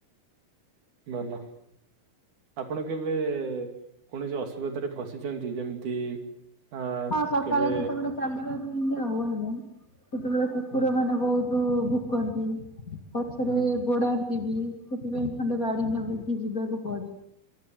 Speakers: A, on the right (about 55°); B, on the left (about 30°).
A: ଭଲ ଆପଣ କେବେ କୌଣସି ଅସୁବିଧାରେ ଫସିଛନ୍ତି ଯେମିତି ଆ
B: ହଁ ସକାଳେ
A: କେବେ
B: ଯେତେବେଳେ ଚାଲିବା ପାଇଁ ଆଉ ଆମେ ସେତେବେଳେ କୁକୁର
A: ହୁଁ
B: ମାନେ ବହୁତ ଭୁକନ୍ତି ପଛରେ
A: ହୁଁ।
B: ଗୋଡା ସେଥିପାଇଁ ଖଣ୍ଡେ ଗାଡି ନେବେକି ଯିବାକୁ ପଡେ